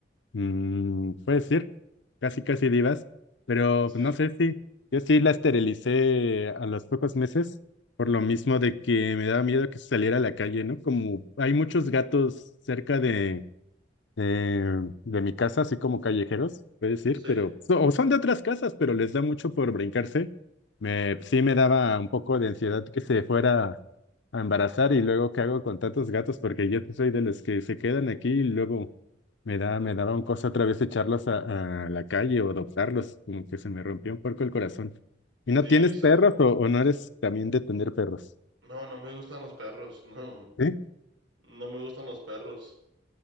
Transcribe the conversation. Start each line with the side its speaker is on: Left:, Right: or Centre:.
Left: Mm, puede ser, casi casi divas, pero
Right: Sí,
Left: pues, no sé si yo sí la esterilicé a los pocos meses por lo mismo de que me daba miedo que saliera a la calle, ¿no? Como hay muchos gatos cerca de, de, de mi casa, así como callejeros, puede decir,
Right: sí,
Left: pero so- o son de otras casas, pero les da mucho por brincarse. Me, sí me daba un poco de ansiedad que se fuera a embarazar y luego qué hago con tantos gatos porque yo sí soy de los que se quedan aquí y luego me da, me daban cosa otra vez echarlos a, a la calle o adoptarlos, como que se me rompió un poco el corazón. ¿Y no
Right: sí,
Left: tienes
Right: exacto.
Left: perros o, o no eres también de tener perros?
Right: No, no me gustan los perros, <laughs> no.
Left: Sí,
Right: No me gustan los perros.